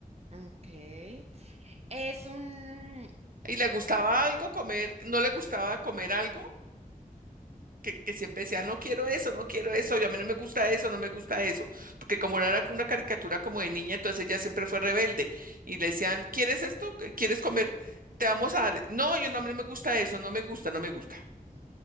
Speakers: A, on the right; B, on the right.
A: Ok. Es un...
B: ¿Y le gustaba algo comer? ¿No le gustaba comer algo? que, que siempre decía, no quiero eso, no quiero eso, yo a mí no me gusta eso, no me gusta eso, porque como era una caricatura como de niña, entonces ella siempre fue rebelde y le decían, ¿quieres esto? ¿Quieres comer? Te vamos a dar, no, yo no, a mí no me gusta eso, no me gusta, no me gusta.
A: mm,